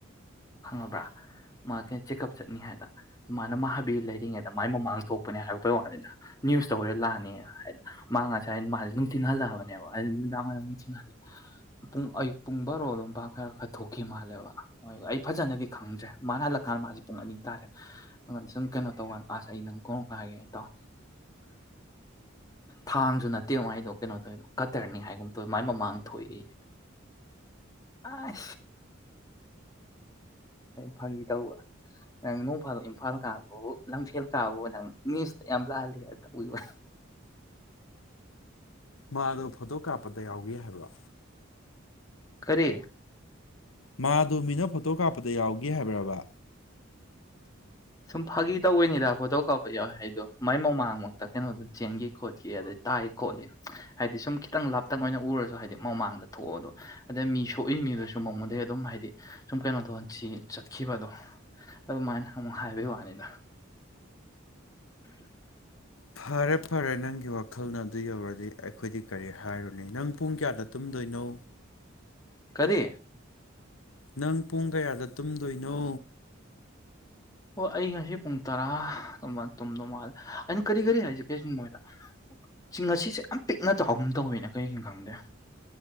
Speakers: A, on the left; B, on the left.
A: ꯈꯪꯉꯕ꯭ꯔꯥ ꯃꯥ ꯀꯩꯅꯣ ꯆꯦꯛꯀꯑꯞ ꯆꯠꯅꯤ ꯍꯥꯏꯗꯅ ꯁꯨꯃꯥꯏꯅ ꯃꯥ ꯍꯥꯕꯤ ꯂꯩꯔꯤꯉꯩꯗ ꯃꯥꯏ ꯃꯃꯥꯡ ꯊꯣꯛꯄꯅꯦ ꯍꯥꯏꯔꯛꯄꯩ ꯋꯥꯅꯤꯗ ꯅ꯭ꯌꯨꯁ ꯇꯧꯔ ꯂꯥꯛꯑꯅꯤꯅ ꯍꯥꯏꯅ ꯃꯥ ꯉꯁꯥꯏ ꯃꯥꯁꯦ ꯅꯨꯡꯊꯤꯟ ꯍꯜꯂꯛꯑꯕꯅꯦꯕ ꯝꯅ <unintelligible> ꯄꯨꯡ ꯑꯌꯨꯛ ꯄꯨꯡ ꯕꯥꯔꯣ ꯑꯗꯨꯝ ꯄ ꯈꯔ ꯈꯔ ꯊꯣꯛꯈꯤ ꯃꯥꯜꯂꯦꯕ ꯑꯩ ꯐꯖꯅꯗꯤ ꯈꯪꯗ꯭ꯔꯦ ꯃꯥꯅ ꯍꯜꯂꯛꯀꯥꯟꯗ ꯃꯥꯁꯦ ꯄꯨꯡ ꯑꯅꯤ ꯇꯥꯔꯦ ꯑꯗꯨꯉꯣꯟ ꯁꯨꯝ ꯀꯩꯅꯣ ꯇꯧꯀꯥꯟ ꯑꯁ ꯑꯩ ꯅꯪ ꯀꯣꯡ ꯀꯥꯏꯒꯦ ꯍꯥꯏ ꯇꯥꯎ ꯊꯥꯡꯁꯨ ꯅꯠꯇꯦꯉꯥꯏꯗꯣ ꯀꯩꯅꯣ ꯇꯧꯋꯗꯣ ꯀꯇꯔꯅꯤ ꯍꯥꯏꯒꯨꯝ ꯃꯥꯏ ꯃꯃꯥꯡ ꯊꯣꯛꯑꯦ ꯑ ꯐꯔꯤ ꯇꯧꯕ ꯅ ꯏꯝꯐꯥꯜ ꯀꯥꯕꯕꯨ ꯂꯝꯐꯦꯜ ꯀꯥꯕꯕꯨ ꯅꯪ ꯃꯤꯁꯇ ꯌꯥꯝ ꯂꯥꯛꯍꯜꯂꯤ ꯍꯥꯏꯅ ꯇꯧꯕꯤꯕ
B: ꯃꯥꯗꯣ ꯐꯣꯇꯣ ꯀꯥꯞꯄꯗ ꯌꯥꯎꯒꯦ ꯍꯥꯏꯕ
A: ꯈꯔꯤ
B: ꯃꯥꯗꯨ ꯃꯤꯅ ꯐꯣꯇꯣ ꯀꯥꯞꯄꯗ ꯌꯥꯎꯒꯦ ꯍꯥꯏꯕꯔꯕ
A: ꯁꯨꯝ ꯐꯥꯒꯤ ꯇꯧꯑꯣꯏꯅꯤꯗꯣ ꯀꯧ ꯀꯥꯎ ꯌꯥꯎꯋꯏ ꯍꯥꯏꯗꯣ ꯃꯥꯏ ꯃꯃꯥꯡꯃꯛꯇ ꯀꯩꯅꯣꯗꯣ ꯆꯦꯟꯒꯤ ꯈꯣꯠꯈꯤ ꯑꯗꯩ ꯇꯥꯏ ꯈꯣꯠꯂꯤ ꯍꯥꯏꯗꯤ ꯁꯨꯝ ꯈꯤꯇꯪ ꯂꯥꯞꯇꯪ ꯑꯣꯏꯅ ꯎꯔꯁꯨ ꯍꯥꯏꯗꯤ ꯃꯃꯥꯡꯗ ꯊꯣꯛꯑꯣꯗꯣ ꯑꯗꯩ ꯃꯤ ꯁꯣꯛꯏ ꯃꯤꯗꯨꯁꯨ ꯃꯉꯣꯟꯗꯒꯤꯩ ꯑꯗꯨꯝ ꯍꯥꯏꯗꯤ ꯁꯨꯝ ꯀꯩꯅꯣ ꯊꯧ ꯁꯤ ꯆꯠꯈꯤꯕꯗꯣ ꯑꯗꯨꯃꯥꯏꯅ ꯑꯃꯨꯛ ꯍꯥꯏꯕꯒꯤ ꯋꯥꯅꯤꯗ
B: ꯐꯔꯦꯠ ꯐꯔꯦ ꯅꯪꯒꯤ ꯋꯥꯈꯜꯅ ꯑꯗꯨ ꯌꯧꯔꯗꯤ ꯑꯩꯈꯣꯏꯗꯤ ꯀꯔꯤ ꯍꯥꯏꯔꯨꯅꯤ ꯅꯪ ꯄꯨꯡ ꯀꯌꯥꯗ ꯇꯨꯝꯗꯣꯏꯅꯣ
A: ꯀꯔꯤ
B: ꯅꯪ ꯄꯨꯡ ꯀꯌꯥꯗ ꯇꯨꯝꯗꯣꯏꯅꯣ
A: ꯑꯣ ꯑꯩ ꯉꯁꯤ ꯄꯨꯡ ꯇꯔꯥ ꯇꯣꯝꯗꯧ ꯃꯥꯜꯂꯦ ꯑꯩꯅ ꯀꯔꯤ ꯀꯔꯤ ꯍꯥꯏꯁ ꯀꯔꯤꯆ ꯃꯣꯏꯗ ꯉꯁꯤꯁꯦ ꯌꯥꯝ ꯄꯤꯛꯅ ꯆꯥꯎꯒꯨꯝ ꯇꯧꯋꯅ ꯀꯩꯒꯤꯅꯣ ꯈꯪꯗꯦ